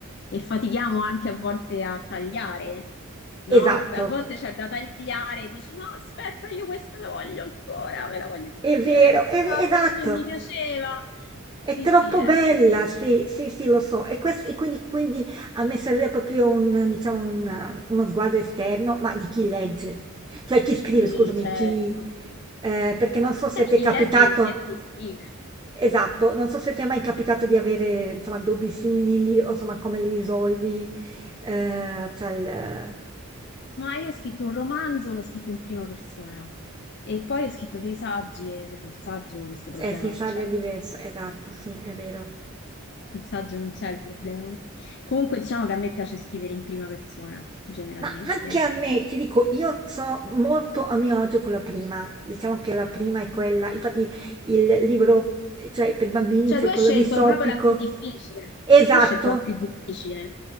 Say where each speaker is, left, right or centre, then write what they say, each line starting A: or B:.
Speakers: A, on the left (about 50°); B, on the right (about 20°).
A: E fatichiamo anche a volte a tagliare, no?
B: Esatto,
A: A volte c'è da tagliare e dici, no, aspetta, io questa la voglio ancora, me la voglio
B: è vero,
A: tenere questa
B: è
A: frase
B: ve- esatto.
A: perché mi piaceva.
B: È
A: Sì,
B: troppo
A: sì, è
B: bella,
A: così.
B: sì, sì, sì, lo so. E, quest- e quindi, quindi a me serve proprio un, diciamo, un- uno sguardo esterno, ma di chi legge, cioè chi scrive,
A: Sì,
B: scusami,
A: certo.
B: chi... eh, perché non so
A: Sia
B: se
A: di
B: ti
A: chi
B: è capitato,
A: legge che sia di chi scrive.
B: esatto, non so se ti è mai capitato di avere, insomma, dubbi simili o insomma come li risolvi, eh, cioè il...
A: Ma io ho scritto un romanzo, l'ho scritto in prima persona. E poi ho scritto dei saggi e col saggio questo problema
B: Eh sì,
A: non
B: sarebbe
A: c'è.
B: diverso, esatto, sì, è vero.
A: Il saggio non c'è il problema. Comunque diciamo che a me piace scrivere in prima persona, generalmente.
B: Ma anche a me, ti dico, io sono molto a mio agio con la prima. Diciamo che la prima è quella, infatti il libro, eh, cioè per bambini,
A: Cioè,
B: cioè
A: tu hai
B: quello
A: scelto
B: distopico.
A: proprio la più difficile.
B: Esatto,
A: Tu hai scelto la più difficile,